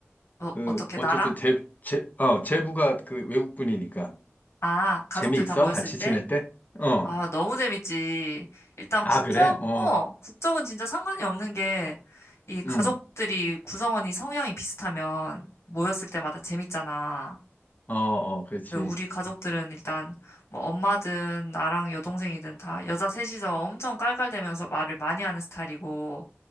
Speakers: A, on the left (about 75°); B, on the left (about 40°).
A: 어,
B: 그,
A: 어떻게
B: 어쨌든
A: 나랑?
B: 제, 제, 어, 제부가 그 외국분이니까.
A: 아, 가족들
B: 재미있어?
A: 다 모였을
B: 같이
A: 때?
B: 지낼 때? 어.
A: 아, 너무 재밌지. 일단
B: 아,
A: 국적?
B: 그래? 어,
A: 어, 국적은 진짜 상관이 없는 게, 이 가족들이
B: 음.
A: 구성원이 성향이 비슷하면 모였을 때마다 재밌잖아.
B: 어, 어, 그렇지.
A: 근데 우리 가족들은 일단 뭐 엄마든 나랑 여동생이든 다 여자 셋이서 엄청 깔깔대면서 말을 많이 하는 스타일이고,